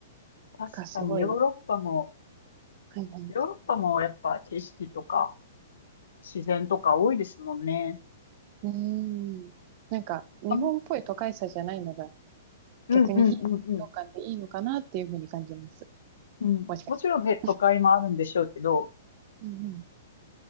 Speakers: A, on the left; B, on the right.
A: 確かにヨーロッパも、
B: がすごい。はいはい。
A: ヨーロッパもやっぱ景色とか自然とか多いですもんね。
B: うーん。なんか、日本っぽい都会さじゃないのが、
A: あの、うんうんうんうん。
B: 逆に非日常感でいいのかなっていうふうに感じます。
A: うん。
B: もしかしたら
A: もちろんね、都会もあるんでしょうけど、
B: うんうん。